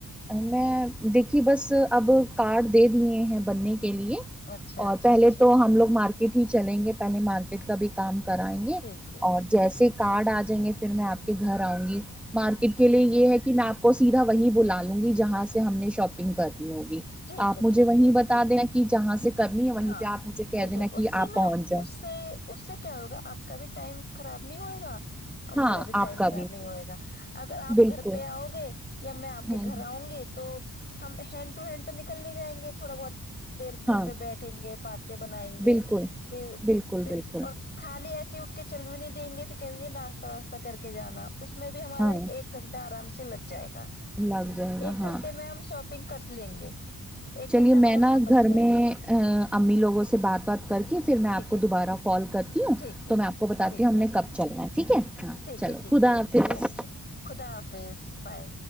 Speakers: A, in the centre; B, on the left.
A: میں دیکھی بس اب کارڈ دے دیے ہیں بننے کے <unintelligible> کے لیے
B: اچھا
A: اور
B: اچھا
A: پہلے
B: اچھا
A: تو ہم لوگ مارکیٹ ہی چلیں گے تو <unintelligible> پہلے مارکیٹ کا بھی کام <unintelligible> کرائیں گے
B: ٹھیک ہے
A: اور جیسے کارڈ آ جائیں گے پھر <unintelligible> پھر میں آپ کے گھر آؤں گی <unintelligible> مارکیٹ کے لیے یہ ہے کہ میں آپ کو سیدھا <unintelligible> وہی بلا <unintelligible> ہوں گی جہاں سے ہم نے شاپنگ کر <unintelligible> ہوگی
B: ٹھیک
A: آپ
B: ہے
A: مجھے
B: ٹھیک
A: وہیں
B: ہے
A: بتا دیں کہ <unintelligible> کہ جہاں سے <unintelligible>
B: ہاں
A: پہ آپ مجھے کہہ
B: ٹھیک
A: دینا
B: ہے
A: کہ
B: اس
A: آپ
B: سے نا
A: پہنچ جائیں
B: اس سے اس سے کیا ہوگا آپ کا بھی ٹائم <unintelligible> خراب نہیں ہوئے گا <unintelligible> ا
A: ہاں
B: میرا بھی
A: آپ
B: ٹائم
A: کا
B: خراب نہیں ہوئے گا اگر آپ
A: بالکل
B: گھر پہ آؤ گے یا میں آپ کے
A: ہ ہ
B: گھر آؤں گی تو ہم ہینڈ ٹو ہینڈ تو نکل نہیں جائیں گے تھوڑا بہت <unintelligible> پھر گھر
A: ہاں
B: پہ بیٹھ <unintelligible> پات بنائیں گے
A: بالکل
B: پھر پھر
A: بالکل بالکل
B: اور خالی ایس <unintelligible> اٹھ کے چل بھی نہیں دیں گے پ کہیں گے ناشہ واسہ کر کے جانا <unintelligible> اس میں بھی ہمارا
A: ہاں
B: ایک گھنٹہ آرام سے <unintelligible> سے لگ جائے گا <unintelligible>
A: لگ جائے گا
B: ایک
A: ہاں
B: گھنٹے میں ہم شاپنگ <unintelligible> کر لیں گے <unintelligible>
A: چلیے
B: گھنٹہ ہمارا
A: میں نا
B: وہاں بچ
A: گھر
B: جائے
A: میں
B: گا
A: ا امی لوگوں سے بات بات کر کے پھر میں آپ
B: ٹھیک ہے
A: کو دوبارہ کال کرتی ہوں
B: ٹھیک ہے
A: تو میں آپ کو بتاتی
B: ٹھیک
A: ہوں ہم
B: ہے
A: نے کب چلنا ہے ٹھیک ہے <unintelligible>
B: ٹھیک
A: چلو
B: ہے ٹھیک
A: خدا
B: ہے
A: حافظ
B: اوکے خدا حافظ بائے